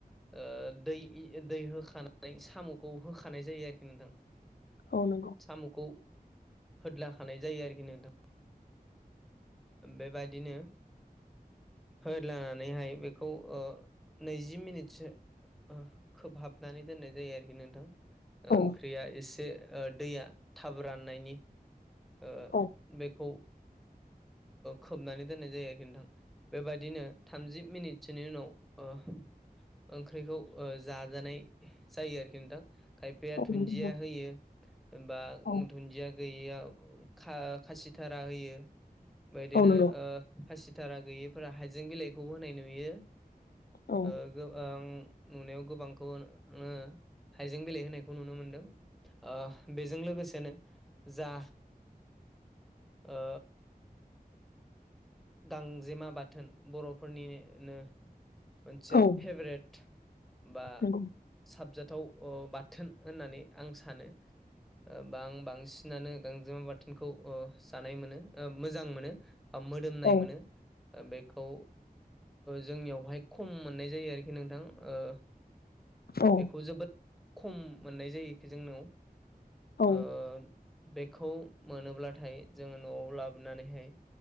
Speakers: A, in the centre; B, on the left.
A: ओ दै इ दै होखानाय साम'खौ होखानाय जायो आरोखि नोंथां।
B: औ नंगौ
A: साम'खौ होदलाखानाय जायो आरोखि नोंथां। बेबादिनो होदलानानैहाय बेखौ नैजि मिनिटसो ओ खोब हाबनानै दोननाय जायो आरोखि नोंथां। ओंख्रिया
B: औ
A: एसे ओ दैया थाब राननायनि। ओ
B: औ
A: बेखौ खोबनानै दोननाय जायो आरोखि नोंथां। बेबायदिनो थामजि मिनिटसोनि उनाव ओंख्रिखौ ओ जाजानाय जायो आरोखि नोंथां। खायफाया दुन्दिया
B: औ नंगौ
A: होयो बा
B: औ
A: दुन्दिया गैयैयाव खा-खासिथारा होयो बेदिनो
B: औ नंगौ
A: ओ खासि टारा गैयिफोरा हाइजें बिलाइखौबो होनाय नुयो।
B: औ
A: ओ गों आं नुनायाव गोबांखौ नो हाइजें बिलाइ होनायखौ नुनो मोनदों। आ बेजों लोगोसेनो जा ओ गांजेमा बाथोन बर'फोरनिनो मोनसे
B: औ
A: फेभरेट बा
B: नंगौ
A: साबजाथाव आ बाथोन होननानै आं सानो। ओ बां-बांसिनानो गांजेमा बाथोनखौ जानाय मोनो मोजां मोनो। आ मोदोमनाय
B: औ
A: मोनो बेखौ जोंनियावहाय खम मोननाय जायो आरोखि नोंथां। ओ
B: औ
A: बेखौ जोबोद खम मोननाय जायोखि जोंनाव।
B: औ
A: ओ बेखौ मोनोब्लाथाय जोङो न'आव लाबोनानैहाय